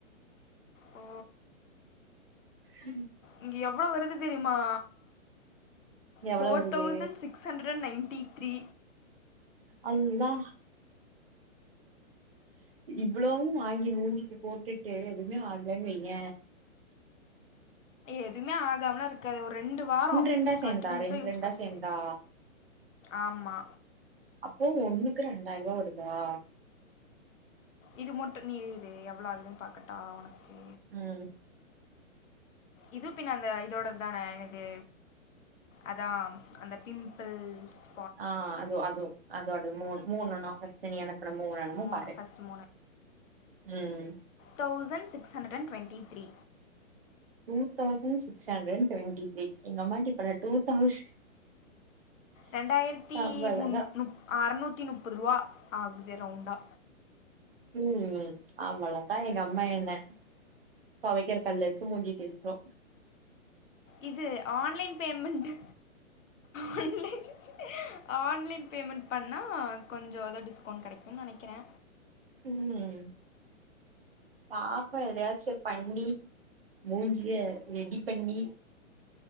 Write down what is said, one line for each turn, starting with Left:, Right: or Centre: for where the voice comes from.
Left: ஓ
Right: <inaudible>
Left: இங்க எவ்ளோ வருது தெரியுமா
Right: எவ்ளோ
Left: ஃபோர்
Right: வருது
Left: தௌசண்ட் சிக்ஸ் சிஸ் ஹண்டர் நைன்ட்டி த்ரீ
Right: அல்லா இவ்ளோவு வாங்கி மூஞ்சிக்கு போட்டுட்டு எதுவுமே ஆகலன்னு வைய
Left: எதுவுமே ஆகாம இருக்காது ஒரு ரெண்டு வாரோ
Right: ரெண்டா சேந்தா
Left: கண்டினியூஸா
Right: ரெண்டு
Left: யூஸ்
Right: ரெண்டா
Left: பண்ணு
Right: சேந்தா
Left: ஆமா
Right: அப்போ ஒண்ணுக்கு ரெண்டாயிரம் ரூபா வருதா
Left: இது மட்டு நீ இரு எவ்வளோ ஆகுதுன்னு பாக்கட்டா உனக்கு
Right: ம்
Left: இது பின்ன அந்த இதோட தா எனது அதா அந்த பிம்பிள்ஸ்
Right: ஆ அது அதும் அது அது மூ மூணாண்ணா பஸ் ட்டு நீ அனுப்புன மூன்னான்னு
Left: மூணு
Right: பாரு
Left: ஃபஸ்ட்டு
Right: ம்
Left: thousand six hundred twenty three
Right: two thousand six hundred twenty three எங்கஅம்மா ட இப்ப டூ தௌசண்ட்
Left: ரெண்டாயிரத்தி
Right: அவ்வளதா
Left: முன் மு அ அறநூத்தி முப்பது ரூபா ஆகுது ரவுண்டா
Right: ம் ம் அவ்லத் தா எங்க அம்மா என்ன துவைகர கல்ல வச்சு மூஞ்சி தேச்சுரு
Left: இது online payment online online payment பண்ணா கொஞ்சோ ஏதோ டிஸ்கவுண்ட் கிடைக்கும்னு நினைக்கிறே
Right: ம் பாப்போம் எதாச்சு பண்டி மூஞ்சிய ரெடி பண்ணி